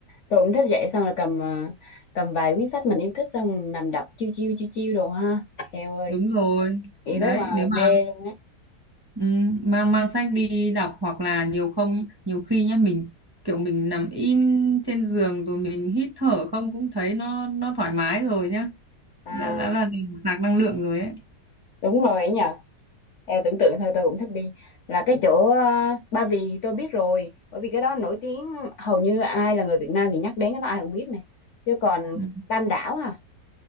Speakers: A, on the left; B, on the right.
A: tôi cũng thích vậy xong rồi cầm à, cầm vài quyển sách mình yêu thích xong nằm đọc chiêu chiêu chiêu chiêu đồ ha eo ơi
B: đúng rồi
A: nghĩ
B: đấy
A: tới mà
B: nếu mà
A: mê luôn á
B: Ừ, mang mang sách đi đọc hoặc là nhiều không nhiều khi nhá mình kiểu mình nằm im trên giường rồi mình hít thở không cũng thấy nó nó thoải mái rồi nhá
A: à
B: đã, đã là mình sạc năng lượng rồi ấy
A: đúng rồi ấy nhờ em tưởng tượng thôi tôi cũng thích đi là cái chỗ ờ, Ba Vì thì tôi biết rồi bởi vì cái đó nổi tiếng hầu như ai là người Việt Nam thì nhắc đến cái đó ai cũng biết nè chứ còn
B: ừ.
A: Tam Đảo à